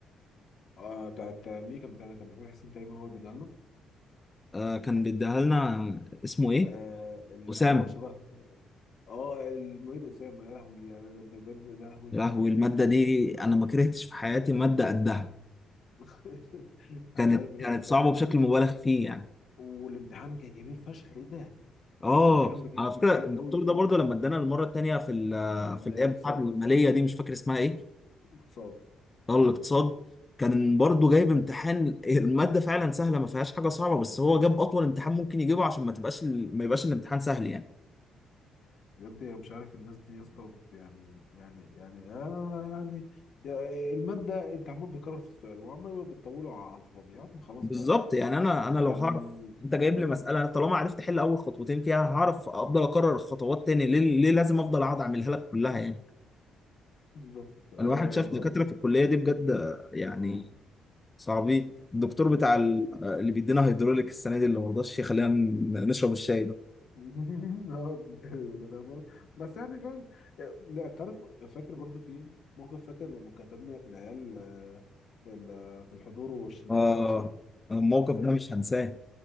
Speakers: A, on the left; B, on the left.
A: آه بتاعت مين كان بتاعنا كان محمد حسين تقريبا هو اللي بيديها لنا
B: آه كان بيديها لنا اسمه
A: لا
B: إيه؟
A: آه اللي
B: أسامة
A: هو شبه اه المعيد أسامة يا لهوي يا- ده ده بجد يا لهوي
B: يا لهوي المادة
A: ده-
B: دي أنا ما كرهتش في حياتي مادة قدها
A: <laughs>
B: كانت
A: انا مش عارف بجد
B: كانت
A: كان
B: صعبة بشكل مبالغ فيه يعني
A: والامتحان كان كبير فشخ ايه ده
B: اه
A: الامتحان بجد
B: على فكرة
A: كبير
B: الدكتور
A: قوي
B: ده برضه لما ادانا المرة التانية في ال
A: كان
B: في الآية
A: اقتصاد
B: بتاعة المالية دي مش فاكر اسمها إيه؟
A: اقتصاد
B: اه الاقتصاد كان برضه جايب امتحان المادة فعلا سهلة ما فيهاش حاجة صعبة بس هو جاب أطول امتحان ممكن يجيبه عشان ما تبقاش ال- ما يبقاش الامتحان سهل يعني
A: بجد أنا مش عارف الناس دي يا اسطى يعني يعني يعني آه يعني يا- المادة انت عمال بتكرر في السؤال وعمال بتطوله على الفاضي يا عم خلاص
B: بالظبط
A: بقى
B: يعني أنا أنا لو
A: كان
B: هعرف أنت جايب
A: مم.
B: لي مسألة أنا طالما عرفت أحل أول خطوتين فيها هعرف أفضل أكرر الخطوات تاني ليه ليه لازم أفضل أقعد أعملها لك كلها يعني
A: بالظبط آه
B: الواحد شاف
A: برضه
B: دكاترة في الكلية دي بجد يعني
A: اه
B: صعبين الدكتور بتاع ال-
A: طيب.
B: اللي بيدينا هيدروليك السنة دي اللي مرضاش يخلينا ن- نشرب الشاي ده
A: <laughs> آه، ده- ده- ده برضه. بس يعني فاهم لا تعرف فاكر برضو في موقف فاكر لما كتبنا العيال آه، في ال- في الحضور والشناوي
B: آه
A: قفشنا
B: الموقف
A: <laughs>
B: ده مش هنساه